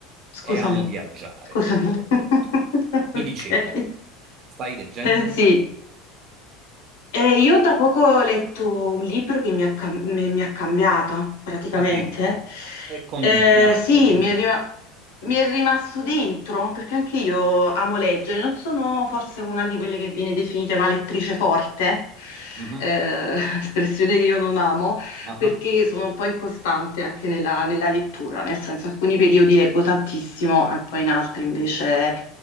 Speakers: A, on the left; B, on the right.
A: scusami,
B: e amo viaggiare
A: scusami.
B: soprattutto.
A: <laughs>
B: Mi
A: Ok.
B: dicevi, stai leggendo?
A: Eh, sì. Eh, io da poco ho letto un libro che mi ha, cam- mi- mi ha cambiata, praticamente.
B: Addirittura. E condividiamolo,
A: Eh, sì,
B: che libro
A: mi è, rima-
B: è?
A: mi è rimasto dentro, perché anche io amo leggere. Non sono forse una di quelle che viene definita una lettrice forte,
B: Mhm.
A: eh, <laughs> espressione che io non amo
B: Ah
A: perché
B: ah.
A: sono un po' incostante anche nella, nella lettura, nel senso alcuni periodi leggo tantissimo e poi in altri invece